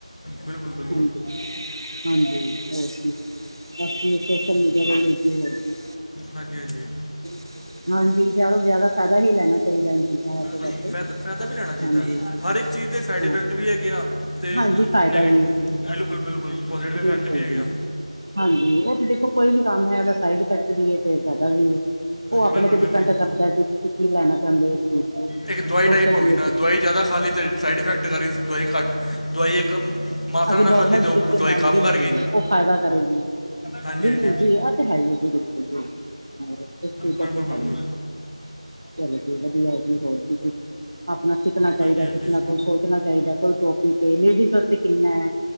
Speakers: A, on the left; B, on the right.
A: ਬਿਲਕੁਲ ਬਿਲਕੁ
B: ਹਾਂਜੀ ਹਾਂਜੀ ਹੋਰ ਕੀ ਬਸ ਸੋਸ਼ਲ ਮੀਡੀਆ ਦਾ ਅੱਛਾ
A: ਹਾਂਜੀ ਹਾਂਜੀ
B: <unintelligible> ਹਾਂਜੀ ਜ਼ਿਆਦਾ ਤੋਂ ਜ਼ਿਆਦਾ ਫਾਇਦਾ ਹੀ ਲੈਨਾ ਚਾਹੀਦਾ ਇਹਨਾਂ ਚੀਜ਼ਾਂ ਦਾ
A: ਬਿਲ-
B: ਤੇ
A: ਫਾਇਦਾ ਫਾਇਦਾ ਵੀ ਲੈਣਾ ਚਾਹੀਦਾ
B: ਹਾਂਜੀ
A: ਹਰ ਇੱਕ ਚੀਜ਼ ਦੇ ਸਾਈਡ
B: ਹਾਂ
A: ਇਫੈਕਟ ਵੀ ਹੈਗੇ ਆ ਤੇ
B: ਹਾਂਜੀ ਫਾਇਦਾ
A: ਨੈਗੇਟਿ
B: ਵੀ ਹੈ ਜੀ
A: ਬਿਲਕੁਲ ਬਿਲਕੁਲ ਪੋਜ਼ੀਟਿਵ ਦੇ
B: ਬਿਲਕੁਲ
A: ਇਫੈਕਟ ਵੀ ਹੈਗੇ
B: ਜੀ
A: ਆ
B: ਹਾਂਜੀ ਉਹ ਤੇ ਦੇਖੋ ਕੋਈ ਵੀ ਕੰਮ ਹੈ ੳਦਾ ਸਾਈਡ ਇਫੈਕਟ ਵੀ ਏ ਤੇ ਫਾਇਦਾ ਵੀ ਉਹ ਆਪਣੇ
A: ਬਿਲਕੁਲ
B: ਤੇ
A: ਬਿਲਕੁਲ
B: ਡਿਪੈਂਡ ਕਰਦਾ ਜੀ ਤੁਸੀਂ ਕੀ ਲੈਨਾ ਚਾਹੁੰਦੇ ਹੋ ਇਸ ਚੀਜ਼ ਤੋਂ
A: ਇੱਕ ਦਵਾਈ ਟਾਈਪ
B: ਸੋਸ਼ਲ
A: ਹੋ ਗਈ
B: ਮੀਡੀਆ
A: ਨਾ ਦਵਾਈ ਜ਼ਿਆਦਾ ਖਾ ਲਈ ਤੇ ਸਾਈਡ ਇਫੈਕਟ ਕਰੀ ਦਵਾਈ ਘੱਟ ਦਵਾਈ ਇੱਕ ਮਾਤਰਾ
B: ਅਗੇ
A: ਨਾਲ
B: ਨੋਰਮਲ
A: ਖਾਧੀ ਤੇ ਉਹ
B: ਤਰੀਕੇ
A: ਦਵਾਈ
B: ਨਾਲ
A: ਕੰਮ
B: ਬਿਲਕੁਲ
A: ਕਰ ਗਈ
B: ਉਹ ਫਾਇਦਾ ਕਰੇਗੀ
A: ਹਾਂਜੀ
B: ਬਿਲਕੁਲ
A: ਹਾਂਜੀ
B: ਜੀ ਇਹ ਤੇ ਹੈ ਈ ਏ ਜੀ ਬਿਲਕੁਲ ਜੀ ਇਸ ਚੀਜ਼
A: ਬਿਲਕੁਲ
B: ਦਾ ਤੇ
A: ਬਿਲਕੁਲ
B: ਹੈ ਈ ਏ ਚਲੋ ਜੀ ਵਧੀਆ ਜੀ ਹੋਰ ਕੀ ਅਪਨਾ ਸਿੱਖਣਾ ਚਾਹੀਦਾ
A: ਹਾਂਜੀ ਹਾਂਜੀ
B: ਕੁਛ ਨਾ ਕੁਛ ਸੋਚਣਾ ਚਾਹੀਦਾ ਕੋਈ ਚ ਵਾ ਕਿੰਨਾ